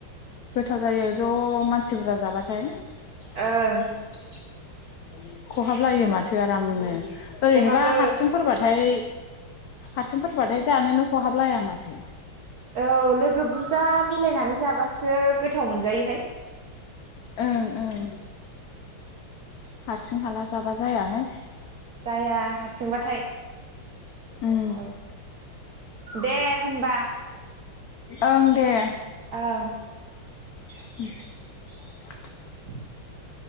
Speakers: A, on the left; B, on the right.
A: गोथाव जायो ज' मा नसि बुरजा जाबाथाय ।
B: ओं
A: खहाबलायो माथो आरामनो । ओरैनोबा
B: खहाबो
A: हारसिंफोरबाथाय हारसिंफोरबाथाय जानोनो खहाबलाया माथो ।
B: औ लोगो बुरजा मिलायनानै जाब बासो गोथाव मोन जायोहाय ।
A: ओं ओं हारसिं हाला जाबा जायाहाय
B: जाया हारसिंबाथाय
A: ओं
B: औ दे होनबा
A: ओं दे
B: ओं
A: <unintelligible>
B: <unintelligible>